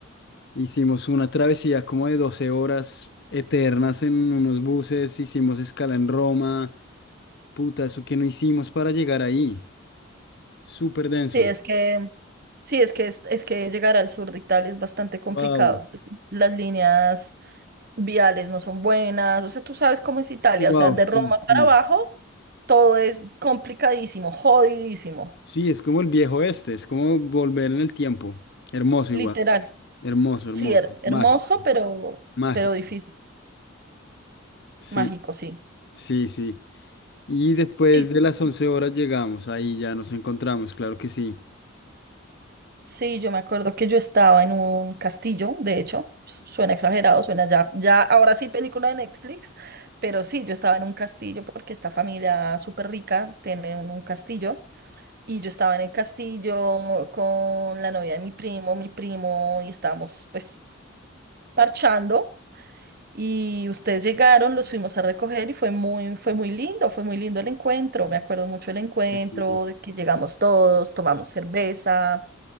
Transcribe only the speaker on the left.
Hicimos una travesía como de 12 horas eternas en unos buses, hicimos escala en Roma. Puta, eso que no hicimos para llegar ahí. Súper denso.
Wow,
wow,
sí,
sí.
Sí, es como el viejo este, es como volver en el tiempo. Hermoso
igual, hermoso,
hermoso,
mágico,
mágico.
Sí,
sí, sí. Y después
de las 11 horas llegamos, ahí ya nos encontramos, claro que sí.
Sí, sí,